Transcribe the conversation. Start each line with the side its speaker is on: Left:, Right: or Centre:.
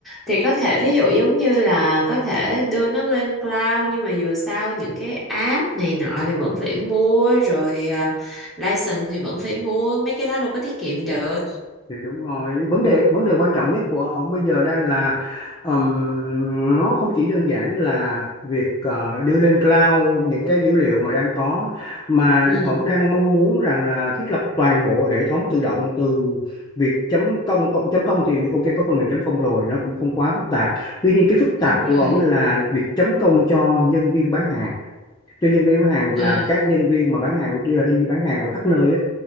Centre: thì có thể ví dụ giống như là có thể đưa nó lên cloud nhưng mà dù sao những cái app này nọ thì vẫn phải mua rồi à, license thì vẫn phải mua mấy cái đó đâu có tiết kiệm được
Left: thì đúng rồi vấn đề vấn đề quan trọng nhất của ông bây giờ đang là ừm, nó không chỉ đơn giản là việc ờ, đưa lên cloud những cái dữ liệu mà đang có mà
Centre: ừ
Left: ông đang mong muốn rằng là thiết lập toàn bộ hệ thống tự động từ việc chấm công công- chấm công thì ok có phần mềm chấm công rồi nó cũng không quá phức tạp tuy nhiên cái phức
Centre: đúng
Left: tạp
Centre: rồi
Left: của ông là việc chấm công cho nhân viên bán hàng cho nhân viên bán hàng
Centre: à
Left: là các nhân viên mà bán hàng đi, đi bán hàng ở khắp nơi á